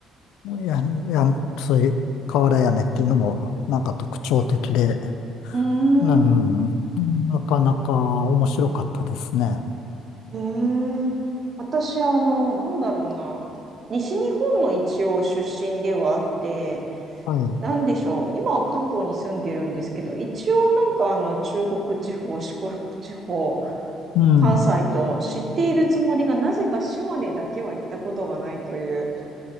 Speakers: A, on the left; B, on the right.
A: や、や、そういう瓦屋根っていうのもなんか特徴的で、
B: ーん。
A: うん、なかなか面白かったですね。
B: へえ、私、あの、なんだろうな。西日本の一応出身ではあって、
A: はい。
B: なんでしょう。今は関東に住んでるんですけど、一応なんかあの中国地方、四国地方、
A: うん、
B: 関西と知っているつもりが、なぜか島根だけは行ったことがないという